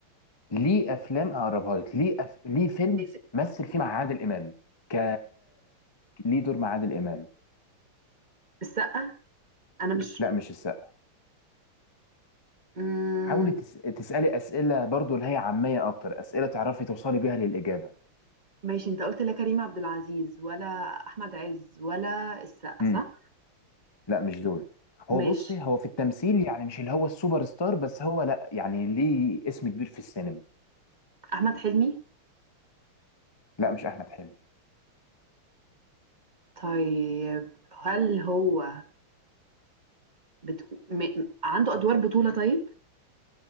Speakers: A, on the left; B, on the right.
A: ليه افلام اقربها لك ليه أف... ليه فيلم
B: الس-
A: مثل فيه مع عادل امام ك ليه دور مع عادل امام
B: السقا انا مش
A: لا مش السقا
B: مم،
A: حاولي تس... تسالي اسئله برضو اللي هي عاميه اكتر اسئله تعرفي توصلي بيها للاجابه
B: ماشي انت قلت لا كريم عبد العزيز ولا احمد عز ولا السقا
A: امم
B: صح
A: لا مش دول هو
B: ماشي
A: بصي هو في التمثيل يعني مش اللي هو السوبر ستار بس هو لا يعني ليه اسم كبير في السينما
B: احمد حلمي
A: لا مش احمد حلمي
B: طيب هل هو بت... م... م- عنده ادوار بطولة طيب